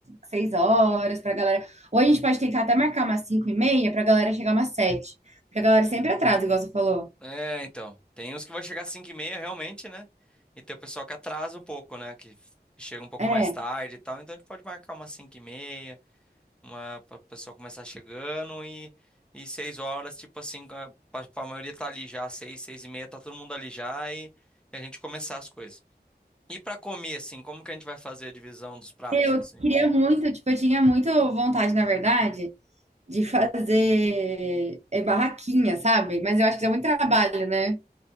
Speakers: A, on the right (about 40°); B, in the centre.
A: seis horas pra galera. Ou a gente pode tentar até marcar umas cinco e meia pra galera chegar umas sete. Porque a galera sempre atrasa, igual você falou.
B: É, então. Tem uns que vai chegar às cinco e meia, realmente, né? E tem o pessoal que atrasa um pouco, né? Que f- chega um pouco
A: É,
B: mais tarde e tal. Então a gente pode marcar umas cinco e meia, uma, para o pessoal começar chegando e, e seis horas, tipo assim, para a pra- pra maioria tá ali já, seis, seis e meia, tá todo mundo ali já e, e a gente começar as coisas. E pra comer, assim, como que a gente vai fazer a divisão dos pratos,
A: eu
B: assim?
A: queria muito, tipo, eu tinha muito vontade, na verdade, de fazer é, barraquinha, sabe? Mas eu acho que dá muito trabalho, né?